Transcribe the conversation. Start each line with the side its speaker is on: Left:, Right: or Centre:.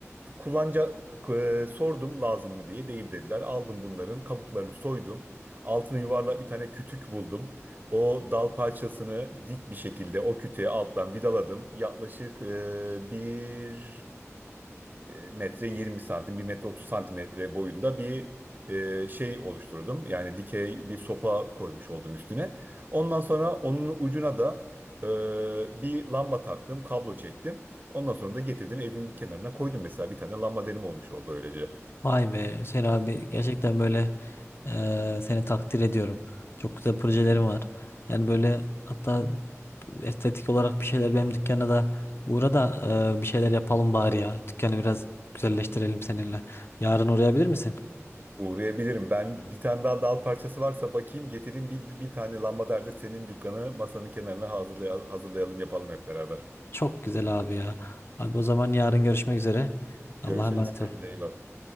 Right: Kullanca e, sordum lazım mı diye değil dediler. Aldım bunların kabuklarını soydum. Altını yuvarlak bir tane kütük buldum. O dal parçasını dik bir şekilde o kütüğe alttan vidaladım. Yaklaşık e, bir e, metre 20 santim, bir metre 30 santimetre boyunda bir e, şey oluşturdum. Yani dikey bir sopa koymuş oldum üstüne. Ondan sonra onun ucuna da e, bir lamba taktım, kablo çektim. Ondan sonra da getirdim evin kenarına koydum mesela bir tane lamba derim olmuş oldu öylece.
Left: Vay be Hüseyin abi gerçekten böyle eee, seni takdir ediyorum. Çok güzel projelerim var. Yani böyle hatta estetik olarak bir şeyler benim dükkana da uğra da eee, bir şeyler yapalım bari ya. Dükkanı biraz güzelleştirelim seninle. Yarın uğrayabilir misin?
Right: Uğrayabilirim. Ben bir tane daha dal parçası varsa bakayım getireyim bir, bir tane lambader de senin dükkanı masanın kenarına hazırlay- hazırlayalım yapalım hep beraber.
Left: Çok güzel abi ya. Abi o zaman yarın görüşmek üzere. Allah'a
Right: Görüşürüz
Left: emanet ol.
Right: kendine iyi bak.